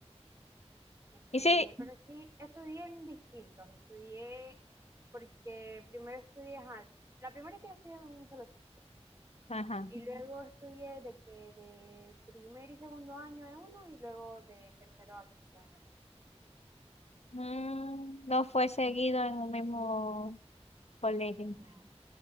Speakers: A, on the right; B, on the left.
A: Estudié,
B: Y sí,
A: pero sí, estudié en distintos. Estudié porque primero estudié, ajá, la primera es que estudié en un solo sitio.
B: ajá,
A: Y luego estudié de que de primer y segundo año en uno y luego de tercero a quinto en otro.
B: mm, no fue seguido en un mismo colegio.
A: No.